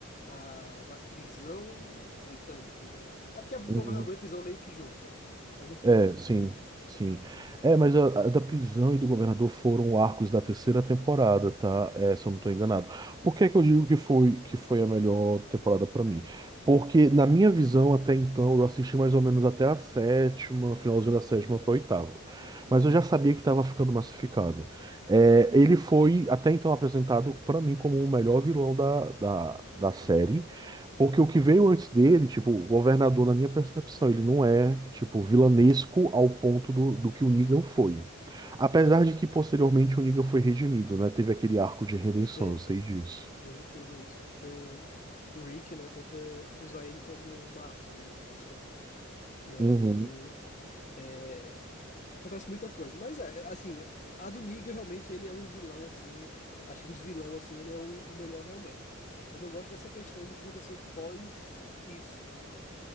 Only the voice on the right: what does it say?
uhum.
É, sim, sim. É, mas a, a da prisão e do governador foram arcos da terceira temporada, tá? É, se eu não tô enganado. Por que é que eu digo que foi que foi a melhor temporada pra mim? Porque, na minha visão, até então, eu assisti mais ou menos até a sétima, finalzinho da sétima pra oitava. Mas eu já sabia que tava ficando massificado. É, ele foi, até então, apresentado pra mim como o melhor vilão da, da, da série. Porque o que veio antes dele, tipo, o governador, na minha percepção, ele não é, tipo, vilanesco ao ponto do, do que o Negan foi. Apesar de que posteriormente o Negan foi redimido, né? Teve aquele arco de redenção,
eu sei disso.
Uhum,